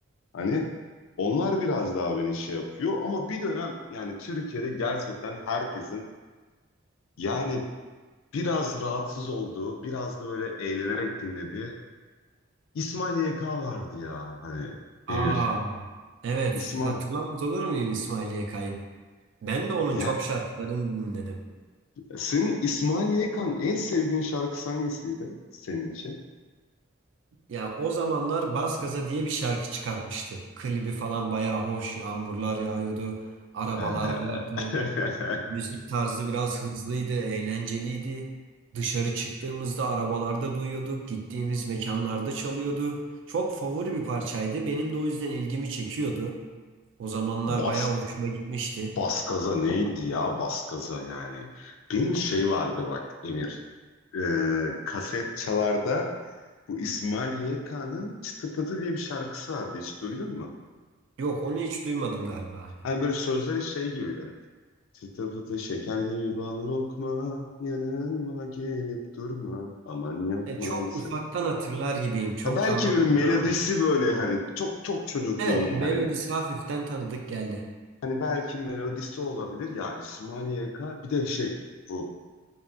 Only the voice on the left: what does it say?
Hani onlar biraz daha beni şey yapıyor ama bir dönem yani Türkiye'de gerçekten herkesin yani biraz rahatsız olduğu, biraz da böyle eğlenerek dinlediği İsmail YK vardı ya hani
Emir.
İsmail.
Yani
senin İsmail YK'nın en sevdiğin şarkısı hangisiydi senin için?
He.
<laughs>
Bas,
Baskaza neydi ya Baskaza yani. Benim şey vardı bak Emir. Ee, kaset çalarda Bu İsmail YK'nın Çıtı Pıtı diye bir şarkısı vardı hiç duydun mu?
Hani böyle sözleri şey gibiydi hani. Çıtı pıtı şeker gibi bal lokma yanıma gelip durma aman yapma
sık.
Ha belki
böyle melodisi
böyle hani çok çok çocukluğunun
hani
hani belki melodisi olabilir ya İsmail YK bir de şey bu